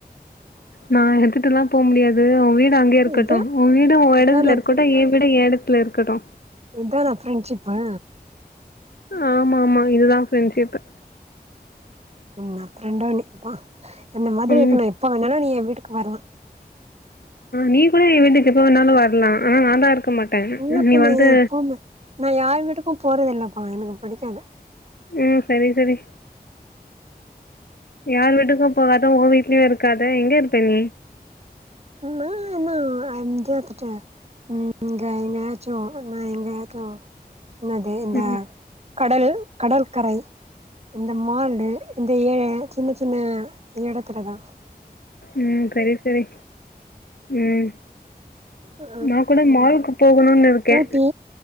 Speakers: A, on the left; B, on the right.
A: நா எடுத்துட்டுல்லா போ முடியாது இது ஊ வீடு அங்கயே இருக்கட்டு
B: இதா
A: ஊ வீடு உன்
B: இதானா
A: எடத்துல இருக்கட்டு
B: ஃப்ரெ
A: ஏ வீடு எ எடத்துல இருக்கட்டு
B: இதானா ஃப்ரெண்ஷிப்பு
A: ஆமாமா இதுதா ஃப்ரெண்ஷிப்பு
B: ம் ந ஃப்ரெண்டோனே பா இந்த மாதிரி இருக்கனு
A: ம்
B: எப்ப வேணாலு நீ எ வீட்டுக்கு வரலா
A: நீ கூட ஏ வீட்டுக்கு எப்ப வேனாலு வரல ஆனா நாந்தா இருக்க மாட்டேன்
B: இல்லப்பா
A: நீ வந்து
B: நா எப்பவுமே நா யார் வீட்டுக்கு போறது இல்லப்பா எனக்கு பிடிக்காது
A: ம் செரி செரி யார் வீட்டுக்கு போகாத உ வீட்லயு இருக்காத எங்க இருப்ப நீ
B: ந என்ன ஆ அ எத்துட்ட ம்‌ இங்கயெங்காயாச்சோ நாயெங்கயாச்சோ என்னது இந்த
A: ம்
B: கடல் கடல்கரை ம் இந்த மாலு இந்த ஏழ சின்ன சின்ன எடத்துல தா
A: ம் செரி செரி ம்
B: ஆ
A: நா கூட மால்கு போகணுன் இருக்கே
B: ஊட்டி